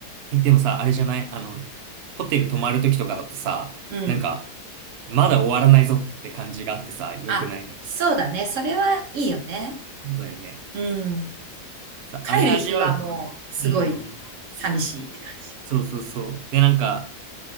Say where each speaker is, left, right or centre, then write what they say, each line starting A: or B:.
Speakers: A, on the right; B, on the right.
A: え、でもさ、あれじゃないあの、ホテル泊まるときとかだとさ、
B: うん。
A: なんか、まだ終わらないぞって感じがあってさ、良くないな。
B: あ、そうだね。それはいいよね。
A: そうだよね。
B: うん。
A: さ、
B: 帰る日はもう、
A: あれ味わうかも。
B: すごい、
A: うん。
B: 寂しいって感じ。
A: そうそうそう。で、なんか、